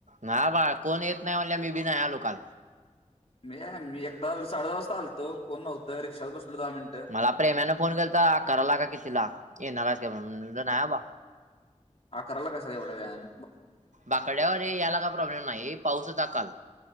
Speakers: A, on the right; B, on the left.
A: ना बा कोण येत नाही म्हणल्या मी बी नाही आलो काल
B: मी मी एक साडे दहा वाजता आलतो कोण नव्हतं रिक्षाला बसलो दहा मिनटं
A: मला प्रेमानें फोन केलता तर करायला का कितीिला येणार का नाही अबा
B: आकराला कस काय एवढे वेळान
A: बाकड्यावर याला काय प्रॉब्लेम नाही पाऊस होता काल